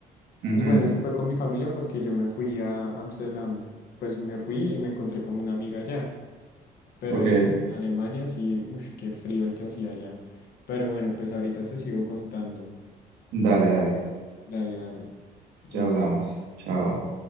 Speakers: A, on the right (about 80°); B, on the left (about 65°).
A: Ujú,
B: Pues bueno, eso fue con mi familia porque yo me fui a Ámsterdam, pues me fui y me encontré con una amiga allá, pero
A: Ok,
B: en Alemania sí, uff, qué frío el que hacía allá. Pero bueno, pues ahorita te sigo contando.
A: dale, dale.
B: Dale, dale, ya
A: Ya hablamos.
B: hablamos.
A: Chao.